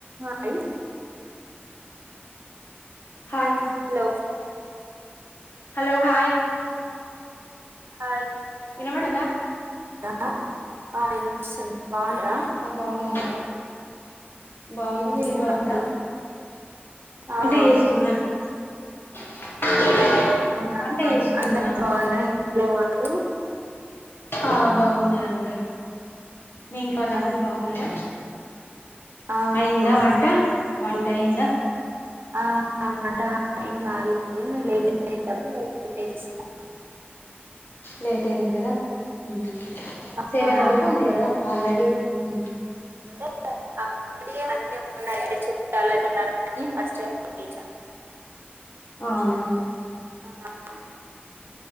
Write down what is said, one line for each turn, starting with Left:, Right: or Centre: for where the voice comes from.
Right: Hi
Left: hi
Right: hello
Left: hello hi
Right: hi
Left: వినబడుందా
Right: అ ఆ ఇనిపిస్తుంది బాగున్నారా
Left: బాగున్నాం బాగున్నా
Right: ఏం చేస్తున్నారు
Left: మీరు బాగునారా
Right: ఆ,
Left: వంట
Right: బాగున్నాను.
Left: చేస్తున్నా <unintelligible>
Right: అవునా
Left: వంట
Right: అందరు
Left: చేస్తున్నా
Right: బాగునారా ఇంట్లో వాళ్లు
Left: ఆ బాగున్నారు అందరూ మీ ఇంట్లో వాళ్ళ
Right: ఆ,
Left: అందరు బాగున్నారా
Right: ఆ,
Left: అయిందా
Right: బాగున్నారు
Left: వంట వంట అయిందా
Right: ఆ వంట ఏం గాలేదు ఇంగ లేట్ ఐ నేన్ డబ్బులు వాళ్లకు పే జెస్తా
Left: లేట్ గ తింటరా ఊ
Right: చేస్తాను
Left: సెవన్ అవుతుంది కదా ఆల్రెడీ ఊ
Right: అ అప్పుడియో అన్ని వున్నాయ్ అంటే చుట్టాలైతే వున్నారు గాని ఫస్టు హిందీ ఛానల్ <unintelligible>
Left: అవునా
Right: ఆ బాగు